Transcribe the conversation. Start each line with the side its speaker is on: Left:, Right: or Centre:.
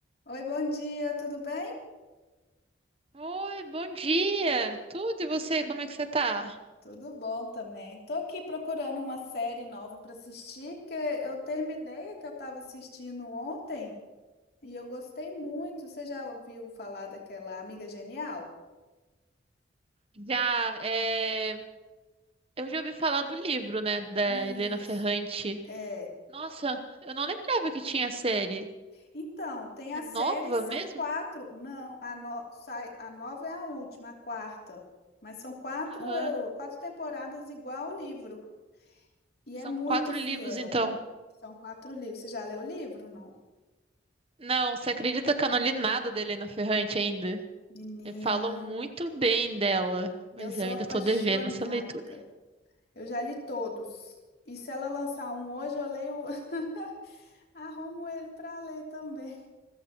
Left: Oi, bom dia, tudo bem?
Right: Oi, bom dia! Tudo e você, como é que você tá?
Left: Tudo bom também. Tô aqui procurando uma série nova para assistir, porque eu terminei a que eu estava assistindo ontem e eu gostei muito. Você já ouviu falar daquela Amiga Genial?
Right: Já, é... eu já ouvi falar do livro, né, da
Left: Isso,
Right: Helena Ferrante.
Left: é.
Right: Nossa, eu não lembrava que tinha série.
Left: Então, tem
Right: É
Left: a
Right: nova
Left: série, são
Right: mesmo?
Left: quatro. Não, a, no- sai, a nova é a última, a quarta. Mas são quatro,
Right: Aham.
Left: eu- quatro temporadas igual o livro. E
Right: São
Left: é muito
Right: quatro
Left: fiel.
Right: livros, então.
Left: São quatro livros. Você já leu o livro, não?
Right: Não, você acredita que eu não li nada da Helena Ferrante ainda?
Left: Menina.
Right: Eh, Falam muito bem dela, mas
Left: Eu sou
Right: eu ainda
Left: apaixonada.
Right: tô devendo essa leitura.
Left: Eu já li todos. E se ela lançar um hoje, eu leio, <laughs> arrumo ele para ler também.